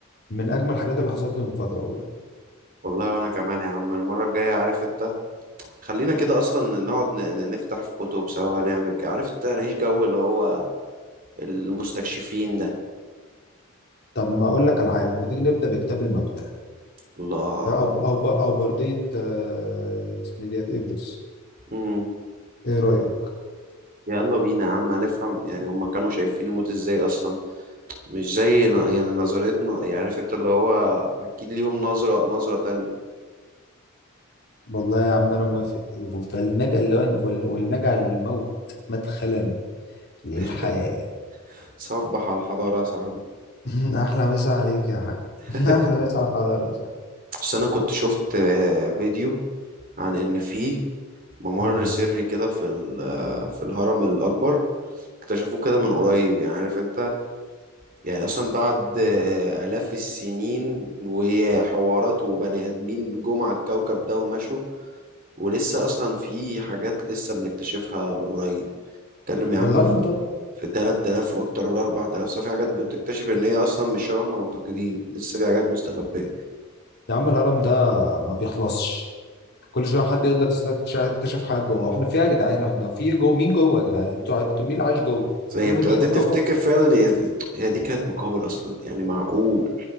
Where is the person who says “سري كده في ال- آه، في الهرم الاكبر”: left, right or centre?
Right